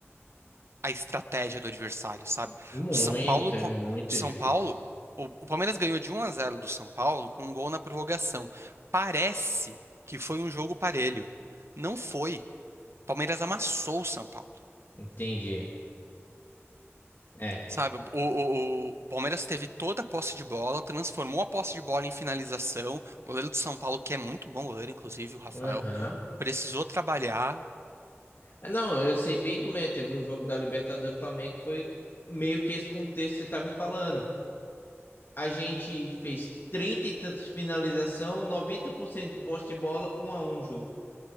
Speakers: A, on the right; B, on the left.
A: a estratégia do adversário, sabe?
B: Muito,
A: O São Paulo, co-
B: é muito
A: o São
B: difícil.
A: Paulo, o, o Palmeiras ganhou de 1 a 0 do São Paulo com um gol na prorrogação. Parece que foi um jogo parelho. Não foi. O Palmeiras amassou o São Paulo.
B: Entendi. É.
A: Sabe, o, o- o- o Palmeiras teve toda a posse de bola, transformou a posse de bola em finalização. O goleiro do São Paulo, que é muito bom goleiro, inclusive, o Rafael,
B: Aham.
A: precisou trabalhar,
B: É, Não, eu sei bem como é. Teve um jogo da Libertadores do Flamengo que foi meio que esse contexto que você tá me falando. a gente fez 30 e tantas finalização, 90% de posse de bola, um a um jogo.